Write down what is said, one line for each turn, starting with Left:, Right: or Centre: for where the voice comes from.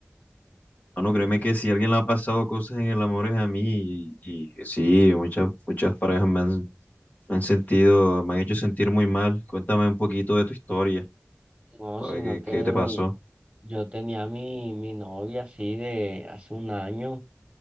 Left: Hermano, créeme que si alguien le ha pasado cosas en el amor es a mí y, y sí, muchas, muchas parejas me han, me han sentido, me han hecho sentir muy mal. Cuéntame un poquito de tu historia,
Right: No,
Left: para
Right: sino
Left: ver
Right: que
Left: qué, qué te pasó.
Right: yo tenía mi, mi novia así de hace un año